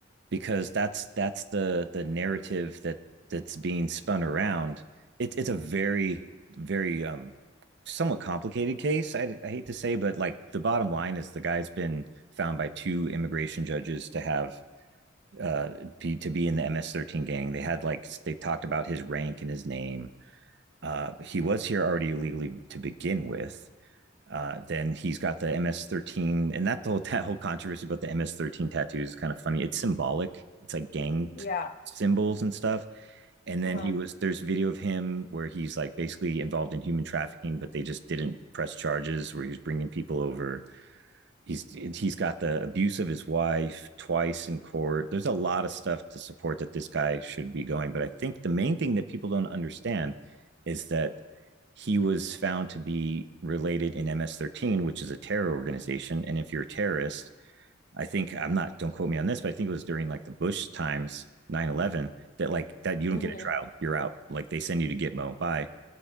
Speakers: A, on the right; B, on the left.
A: because that's that's the the narrative that that's being spun around. It's it's a very very um somewhat complicated case. I, I hate to say, but like the bottom line is the guy's been found by two immigration judges to have uh, be, to be in the MS13 gang. They had like they talked about his rank and his name. Uh, he was here already illegally to begin with. Uh, then he's got the MS13, and that whole <laughs> that whole controversy about the MS13 tattoos is kind of funny. It's symbolic. It's like gang
B: Yeah.
A: symbols and stuff. And then
B: Uh-huh.
A: he was there's video of him where he's like basically involved in human trafficking, but they just didn't press charges. Where he was bringing people over he's he's got the abuse of his wife twice in court there's a lot of stuff to support that this guy should be going but i think the main thing that people don't understand is that he was found to be related in ms13 which is a terror organization and if you're a terrorist i think i'm not don't quote me on this but i think it was during like the bush times nine eleven, that like that you don't
B: hmm
A: get a trial you're out like they send you to gitmo bye